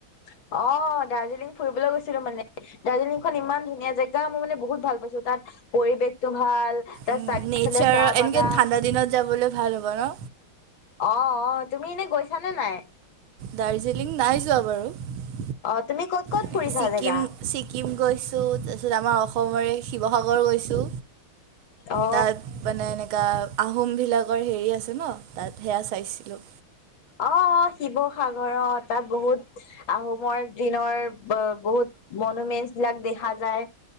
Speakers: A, on the left; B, on the right.
A: অহ। দাৰ্জিলিঙ ফুৰিবলৈ গৈছিলো মানে। দাৰ্জিলিংখন ইমান ধুনীয়া জেগা। মই মানে বহুত ভাল পাইছো। তাত পৰিৱেশটো ভাল। তাৰ
B: উম।
A: চাৰিওফালে
B: নেচাৰৰ,
A: চাহ বাগান
B: এনেকে ঠাণ্ডা দিনত যাবলৈ ভাল হ'ব ন?
A: অ' অ' তুমি এনে গৈছানে নাই?
B: দাৰ্জিলিং নাই যোৱা বাৰু।
A: অ' তুমি ক'ত ক'ত
B: এনেকৈ
A: ফুৰিছা
B: ছিকিম
A: জেগা?
B: ছিকিম গৈছোঁ। তাৰপিছত আমাৰ অসমৰে শিৱসাগৰ গৈছোঁ।
A: অ
B: তাত মানে এনেকা আহোম বিলাকৰ হেৰি আছে ন, তাত সেয়া চাইছিলোঁ।
A: অ' অ' শিৱসাগৰ। অ' তাত বহুত আহোমৰ দিনৰ বহুত মনোমেন্টছ বিলাক দেখা যায়।